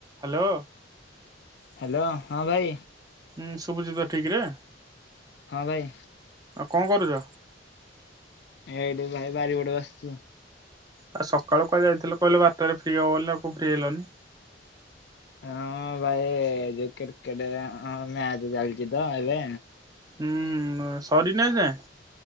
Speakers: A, on the right (about 20°); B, on the left (about 60°).
A: Hello.
B: Hello ହଁ ଭାଇ।
A: ହୁଁ ଶୁଭୁଚିତ ଠିକରେ।
B: ହଁ ଭାଇ।
A: ଆଉ କଣ କରୁଛ?
B: ଏଠି ଘର ବାରି ପଟେ ବସିଛି।
A: ଆଉ ସକାଳୁ କୁହା ଯାଇଥିଲ କହିଲ ବାରଟାରେ ଫ୍ରି ହବ ବୋଲି ଆଉ ଫ୍ରି ହେଲନି।
B: ହଁ ଭାଇ ଯୋଉ କ୍ରିକେଟ ମ୍ୟାଚ ଚାଲିଛି ତ ଏବେ।
A: ହୁଁ ସରିନି ଆଜି ଯାଏଁ।